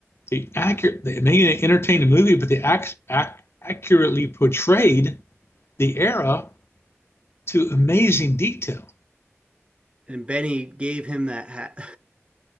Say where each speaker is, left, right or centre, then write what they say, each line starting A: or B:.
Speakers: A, on the left; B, on the right.
A: they accurate they may entertain a movie, but they act, ac- accurately portrayed the era to amazing detail.
B: And Benny gave him that hat.